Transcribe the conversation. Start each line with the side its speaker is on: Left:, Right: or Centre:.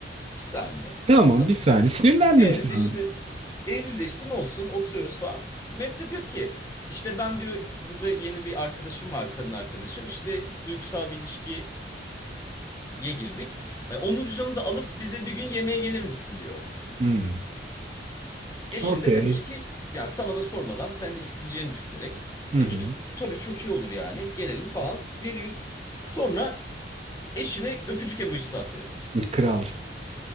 Left: Bir saniye,
Right: Tamam
Left: bir saniye.
Right: bir saniye sinirlendim
Left: Eylül'de
Right: şu
Left: işte
Right: an.
Left: Eylül'de işte ne olsun oturuyoruz falan. Mehmet de diyor ki işte ben diyor burada yeni bir arkadaşım var kadın arkadaşım işte duygusal bir ilişkiye girdik. E, Onurcan'ı da alıp bize bir gün yemeğe gelir misin diyor.
Right: Hmm.
Left: Eşin
Right: Okey.
Left: de demiş ki yani sana da sormadan sen de isteyeceğini düşünerek
Right: Hı
Left: demiş
Right: hı.
Left: ki tabii çok iyi olur yani gelelim falan diyor. Sonra eşine öpücük emojisi atıyor.
Right: Kral.